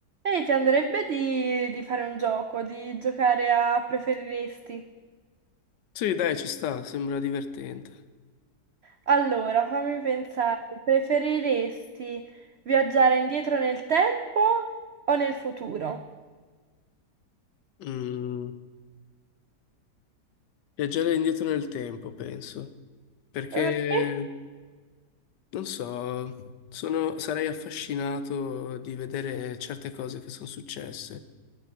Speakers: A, on the right; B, on the left.
A: Ehi, ti andrebbe di, di fare un gioco, di giocare a preferiresti?
B: Sì, dai, ci sta, sembra divertente.
A: Allora, fammi pensare, preferiresti viaggiare indietro nel tempo o nel futuro?
B: Mm, viaggiare indietro nel tempo, penso, perché,
A: Perché?
B: non so, sono- sarei affascinato di vedere certe cose che sono successe.